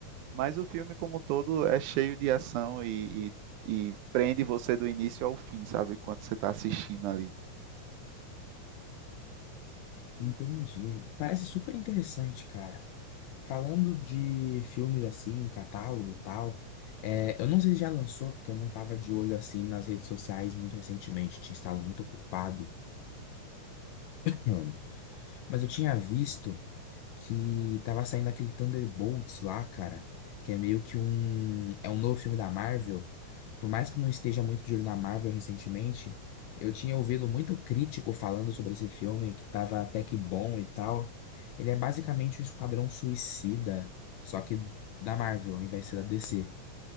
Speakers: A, on the right (about 80°); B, on the left (about 85°).
A: Mas o filme, como um todo, é cheio de ação e, e, e prende você do início ao fim, sabe? Enquanto você está assistindo ali.
B: Entendi. Parece super interessante, cara. Falando de filmes assim, catálogo e tal, é, eu não sei se já lançou, porque eu não tava de olho assim nas redes sociais muito recentemente, tinha estado muito ocupado. hum, mas eu tinha visto que tava saindo aquele Thunderbolts lá, cara, que é meio que um, é um novo filme da Marvel. Por mais que eu não esteja muito de olho na Marvel recentemente, eu tinha ouvido muito crítico falando sobre esse filme, que tava até que bom e tal. Ele é basicamente um esquadrão suicida, só que da Marvel, ao invés de ser da DC.